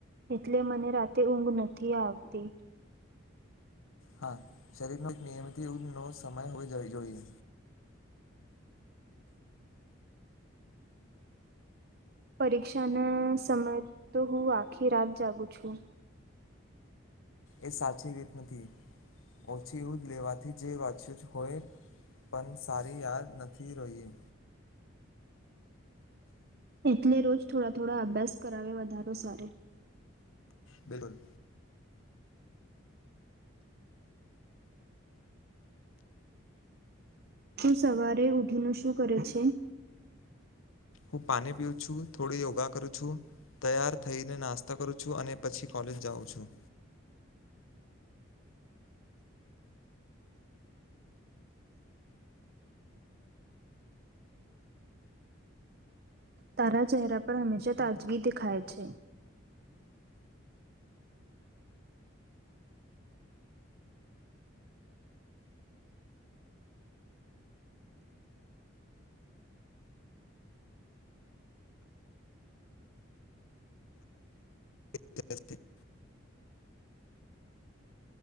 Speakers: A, on the right; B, on the left.
A: એટલે મને રાતે ઊંઘ નથી આવતી.
B: હા, શરીરનો એક નિયમિત ઊંઘ નો સમય હોવી જવી જોઈએ
A: પરીક્ષા ના સમયે તો હું આખી રાત જાગુ છું.
B: એ સાચી રીત નથી, ઓછી ઊંઘ લેવાથી જે વાંચ્યું હોય, પણ સારી યાદ નથી રહીએ.
A: એટલે રોજ થોડા થોડા અભ્યાસ કરાવે વધારો સારે.
B: બિલકુલ
A: તું સવારે ઊઠીને શું કરે છે?
B: હું પાણી પીઉ છું થોડી યોગા કરું છું. તૈયાર થઈને નાસ્તા કરું છું અને પછી કોલેજ જાઉં છું.
A: તારા ચહેરા પર હંમેશા તાજગી દેખાય છે.
B: <inaudible>